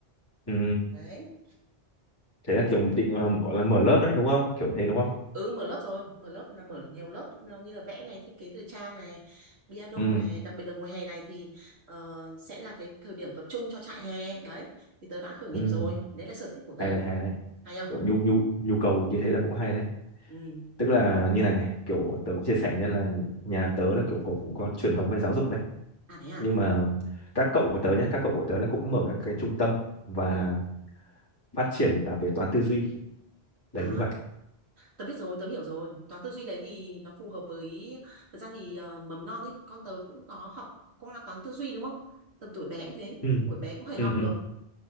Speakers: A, on the left; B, on the right.
A: ừ
B: Đấy.
A: thế là kiểu định ờ, gọi là mở lớp đấy đúng không kiểu thế đúng không
B: Ừ mở lớp rồi, mở lớp là mở nhiều lớp như là vẽ này, thiết kế thời trang này, piano
A: ừ
B: này, đặc biệt là mùa hè này thì ờ, sẽ là cái thời điểm tập trung cho trại hè. Đấy, thì tớ đã khởi nghiệp
A: ừ
B: rồi. Đấy là sở thích của tớ.
A: hay đấy hay đấy
B: Hay không?
A: kiểu nhu nhu nhu cầu như thế là cũng hay đấy
B: Ừ.
A: tức là như này này kiểu tớ cũng chia sẻ nên là nhà tớ là kiểu cũng, cũng có truyền thống về giáo dục đấy
B: À thế à?
A: nhưng mà các cậu của tớ nhé các cậu của tớ là cũng mở các cái trung tâm và
B: Ừ.
A: phát triển là về toán tư duy đấy
B: À
A: như vậy
B: Tớ biết rồi, tớ hiểu rồi. Toán tư duy đấy thì nó phù hợp với thật ra thì ờ, mầm non ấy, con tớ cũng có học qua toán tư duy đúng không? Tầm tuổi bé cũng thế,
A: ừ
B: tuổi bé cũng phải
A: ừ
B: học được.
A: ừ